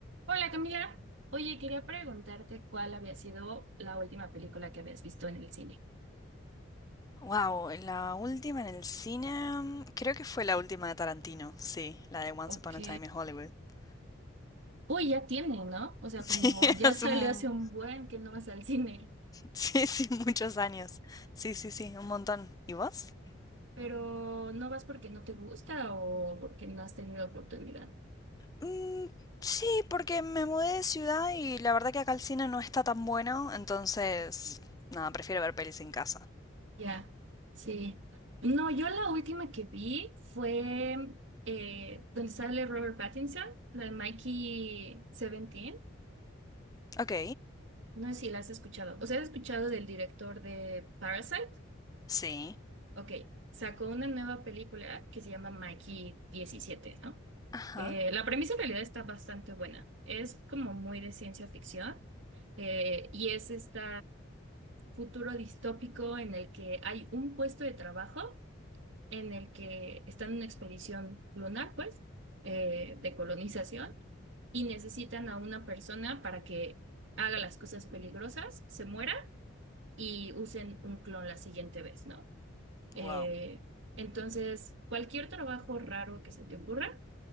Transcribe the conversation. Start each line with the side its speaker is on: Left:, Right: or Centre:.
Right: Hola Camila, oye, quería preguntarte cuál había sido la última película que habías visto en el cine.
Left: Wow, la última en el cine, creo que fue la última de Tarantino, sí, la de Once
Right: Ok.
Left: Upon a Time in Hollywood. <laughs>
Right: Uy, ya tiene, ¿no? O sea,
Left: Sí,
Right: como ya
Left: hace
Right: sale
Left: un-
Right: hace un buen que no vas al cine,
Left: sí, sí, muchos años. Sí, sí, sí, un montón. ¿Y vos?
Right: pero ¿no vas porque no te gusta o porque no has tenido oportunidad?
Left: Mm, sí, porque me mudé de ciudad y la verdad que acá el cine no está tan bueno, entonces, nada, prefiero ver pelis en casa.
Right: Ya, sí. No, yo la última que vi fue eh, donde sale Robert Pattinson, la de Mikey 17.
Left: Ok,
Right: No sé si la has escuchado. O sea, ¿has escuchado del director de Parasite?
Left: sí.
Right: Ok, sacó una nueva película que se llama Mikey 17, ¿no?
Left: Ajá.
Right: Eh, la premisa en realidad está bastante buena. Es como muy de ciencia ficción eh, y es este futuro distópico en el que hay un puesto de trabajo en el que están en una expedición lunar, pues, eh, de colonización y necesitan a una persona para que haga las cosas peligrosas, se muera y usen un clon la siguiente vez, ¿no? Eh,
Left: Wow.
Right: entonces, cualquier trabajo raro que se te ocurra,